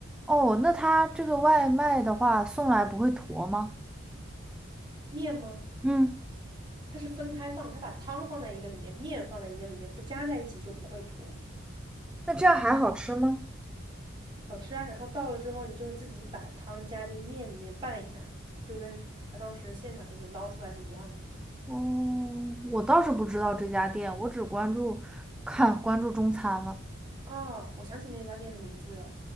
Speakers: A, in the centre; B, on the right.
A: 哦，那他这个外卖的话送来不会坨吗？
B: 面吗？
A: 嗯，
B: 它是分开放，它把汤放在一个里面，面放在一个里面，不加在一起就不会坨。
A: 那这样还好吃吗？
B: 好吃啊。然后到了之后，你就自己把汤加进面里面拌一下，就跟他当时现场给你捞出来是一样的。
A: 哦，我倒是不知道这家店，我只关注看关注中餐了。
B: 哦，我想起那家店的名字了，